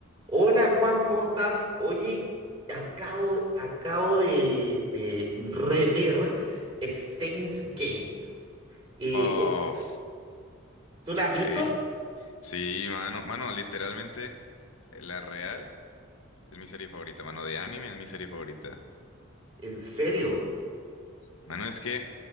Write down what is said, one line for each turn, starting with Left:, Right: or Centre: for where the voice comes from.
Right: Hola Juan, ¿cómo estás? Oye, acabo, acabo de, de rever Steins Gate. Eh,
Left: Oh,
Right: oh, ¿tú
Left: ok.
Right: la has visto?
Left: Sí, mano. Mano, literalmente, eh, La Real es mi serie favorita, mano. De anime es mi serie favorita.
Right: En serio.
Left: Mano, es que,